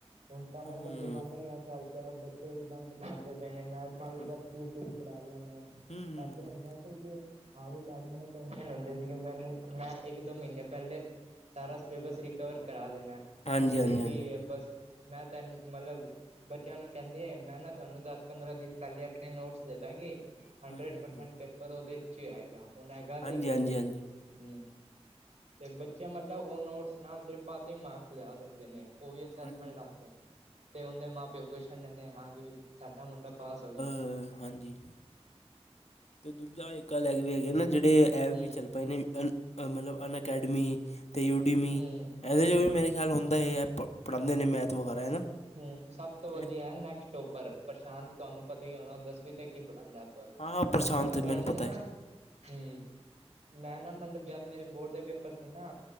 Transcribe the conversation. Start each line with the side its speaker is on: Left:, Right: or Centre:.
Right: ਹੁਣ ਤਾਂ ਮਤਲਬ
Left: ਹੂੰ
Right: ਜਮਾਨਾ ਈ ਐਸਾ ਚੱਲ ਬੱਚੇ ਵੀ ਬੰਕ ਮਾਰਦੇ ਪਏ ਨੇ, ਮੈੜਮਾਂ ਵੀ
Left: ਹਾਂਜੀ
Right: ਬਸ
Left: ਹੂੰ
Right: ਫੀਸ ਲਈ ਪੜਾ ਰਿਆਂ ਨੇ
Left: ਹੂੰ, ਹੂੰ।
Right: ਪੈਲੇ ਹੁੰਦਾ ਕਿਉਂਕਿ, ਹਾਂ ਵੀ ਮੈਡਮਾ ਨੂੰ ਟੈਨਸ਼ਨ ਹੁੰਦੀ ਸੀਗੀ, ਮੈਨ ਮੈਂ ਇੱਕ-ਦੋ ਮ੍ਹੀਨੇ ਪੈਲੇ ਸਾਰਾ ਸਿਲੇਬਸ ਰਿਕਵਰ ਕਰਾ ਦੇਨੈ।
Left: ਹਾਂਜੀ
Right: ਹੁਨ ਤੇ
Left: ਹਾਂਜੀ
Right: ਕੀ
Left: ਹਾਂਜੀ
Right: ਏ ਬਸ ਮੈਂ ਤਾਂ ਮਲਬ ਬੱਚੇਆਂ ਨੂੰ ਕੈਂਦੀ ਏਨਾ ਨਾ ਤੁਹਾਨੂੰ ਦਸ-ਪੰਦਰਾਂ ਦਿਨ ਪੈਲੇ ਅਪਨੇ ਨੋਟਸ ਦੇ ਦਾਂਗੀ,
Left: ਹੂੰ
Right: ਹੰਡਰੇੜ
Left: ਹੂੰ
Right: ਪਰਸੈਂਟ
Left: ਹੂੰ
Right: ਪੇ ਪਰ ਓਦੇ ਚੀ ਹੈਗਾ, ਹੁਨ ਐ ਗਾੱਲ
Left: ਹਾਂਜੀ
Right: ਏ ਕੋਈ।
Left: ਹਾਂਜੀ ਹਾਂਜੀ
Right: ਹੂੰ, ਤੇ ਬੱਚੇ ਮਲਬ, ਓ ਨੋਟਸ ਨਾਲ ਸਿਰਫ ਪਾਸਿੰਗ ਮਾਰਕਸ ਲੇਆ ਸਕਦੇ ਨੇ ਓ ਵੀ ਅਸੈਸਮੈਂਟ
Left: ਹਾਂਜੀ
Right: ਲਾ ਕੇ, ਤੇ ਓਨੇ ਮਾਂ ਪੇਓ ਖੁੱਸ਼ ਰੈਂਦੇ ਨੇ ਹਾਂ ਕਿ ਵੀ ਸਾਡਾ ਮੁੰਡਾ ਪਾਸ ਹੋ ਗੇਆ।
Left: ਅ, ਹਾਂਜੀ। ਅਤੇ ਦੂਜਾ ਇੱਕ ਗੱਲ ਹੈਗ ਵੀ ਹੈਗੇ ਨੇ ਜੇੜੇ ਐਪ
Right: ਹੂੰ
Left: ਵੀ ਚੱਲ ਪਏ ਨੇ, ਅ ਮਤਲਬ ਅਨ ਅਕੈੜਮੀ ਤੇ ਯੂ ਡੀ ਮੀ,
Right: ਹੂੰ
Left: ਐਦੇ
Right: ਹੂੰ
Left: 'ਚ ਵੀ ਮੇਰੇ ਖੇਆਲ ਹੁੰਦੈ ਨੇ ਐਪ ਅ ਪੜਾਂਦੇ ਨੇ ਮੈਥ ਵਗੈਰਾ ਹੈ ਨਾ?
Right: ਹੂੰ, ਸਾਬ ਤੋਂ ਵਦੀਆ
Left: ਇਹ-
Right: ਹੈ ਨੈਕਸਟ ਟੋਪਰ ਪ੍ਰਸ਼ਾਂਤ ਤੁਹਾਨੂੰ ਪਤਾ ਈ ਹੋਨਾ ਦਸਵੀਂ ਤੱਕ ਈ ਪੜਾਂਦਾ। ਪਰ-ਪਰ
Left: ਹਾਂ ਹਾਂ ਪ੍ਰਸ਼ਾਂਤ ਮੈਨੂੰ
Right: ਓਨੇ
Left: ਪਤਾ
Right: ਨਾ,
Left: ਹੈ
Right: ਹੂੰ। ਮੈਂ ਨਾ ਮਤਲਬ ਜਦ ਮੇਰੇ ਬੋੜ ਦੇ ਪੇਪੱਰ ਸੀ ਨਾ,